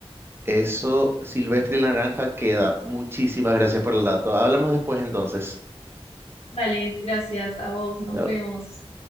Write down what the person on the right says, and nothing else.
eso, Silvestre y la Naranja queda. Muchísimas gracias por el dato. Hablamos después entonces.
Chao.